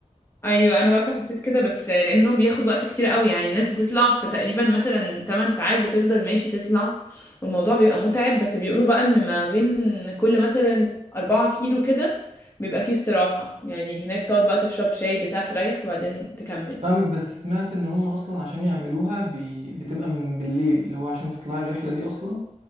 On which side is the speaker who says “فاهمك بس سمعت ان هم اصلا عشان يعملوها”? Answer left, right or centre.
Right